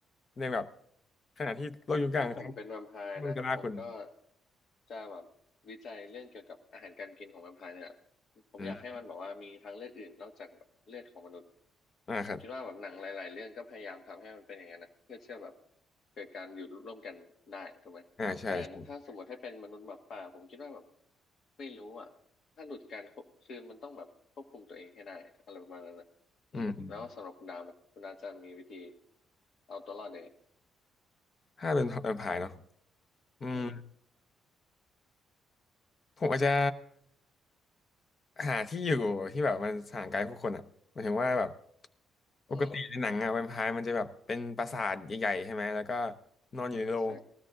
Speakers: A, on the left; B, on the left.
A: ในแบบขณะที่โลกยุคกลางเขา
B: ถ้าผมเป็นแวมไพร์นะผมก็
A: มันก็ล่าคุณ
B: จะแบบวิจัยเรื่องเกี่ยวกับอาหารการกินของแวมไพร์เนี่ยผมอยากให้มันบอกว่ามีทางเลือกอื่นนอกจากแบบเลือดของมนุษย์
A: อืมอ่าครับ
B: ผมคิดว่าแบบหนังหลายๆเรื่องก็พยายามทำให้มันเป็นอย่างนั้นนะเพื่อเชื่อแบบเกิดการอยู่ร่วมกันได้ถูกไหมแต่ถ้าสมมติให้เป็นมนุษย์หมาป่าผมคิดว่าแบบ
A: อ่าใช่ใช่
B: ไม่รู้อ่ะถ้าหลุดการควบคือมันต้องแบบควบคุมตัวเองให้ได้อะไรประมาณนั้นนะอืมแล้วสำหรับคุณดาวนะคุณดาวจะมีวิธี
A: อืมอืม
B: เอาตัวรอดยังไง
A: ถ้าเป็นแวมไพร์เนาะอืม
B: อืม
A: ผมอาจจะหาที่อยู่ที่แบบมันห่างไกลผู้คนอ่ะหมายถึงว่าแบบ
B: อืม
A: ปกติในหนังอะแวมไพร์มันจะแบบเป็นปราสาทใหญ่ๆใช่ไหมแล้วก็นอนอยู่ในโรง
B: ใช่